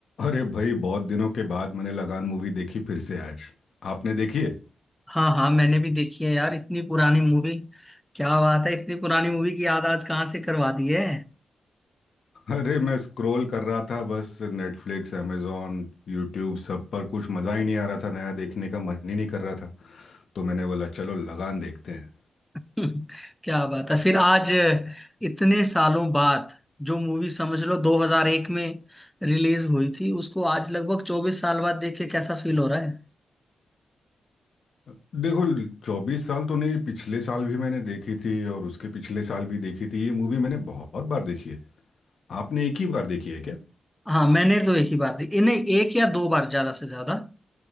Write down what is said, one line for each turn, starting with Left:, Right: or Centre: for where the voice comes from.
Left: अरे भाई बहुत दिनों के बाद मैंने लगान मूवी देखी फिर से आज आपने देखी है
Centre: हाँ हाँ मैंने भी देखी है यार इतनी पुरानी मूवी क्या बात है इतनी पुरानी मूवी की याद आज कहाँ से करवा दी है
Left: अरे मैं स्क्रॉल कर रहा था बस नेटफ्लिक्स अमेज़ॉन यूट्यूब सब पर कुछ मज़ा ही नहीं आ रहा था नया देखने का मन ही नहीं कर रहा था तो मैंने बोला चलो लगान देखते हैं
Centre: <laughs> क्या बात है फिर आज इतने सालों बाद जो मूवी समझ लो 2001 में रिलीज हुई थी उसको आज लगभग 24 साल बाद देख के कैसा फील हो रहा है
Left: देखो चौबीस साल तो नहीं पिछले साल भी मैंने देखी थी और उसके पिछले साल भी देखी थी ये मूवी मैंने बहुत बार देखी है आपने एक ही बार देखी है क्या
Centre: हाँ मैंने तो एक ही बार देखी नहीं एक या दो बार ज्यादा से ज्यादा